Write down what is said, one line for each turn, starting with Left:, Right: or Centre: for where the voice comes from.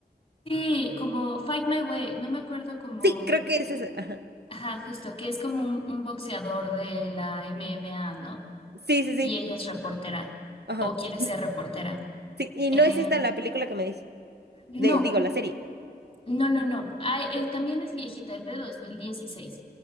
Left: Sí, como Fight My Way. No me acuerdo como...
Right: Sí, creo que es esa. Ajá.
Left: Ajá, justo, que es como un, un boxeador de la MMA, ¿no?
Right: Sí, sí, sí.
Left: Y ella es reportera
Right: Ajá.
Left: o quiere
Right: N-
Left: ser reportera.
Right: Sí, y
Left: Eh,
Right: no es esta la película que me dice.
Left: no.
Right: De, digo, la serie.
Left: No, no, no. Ay, eh, también es viejita, es de 2016.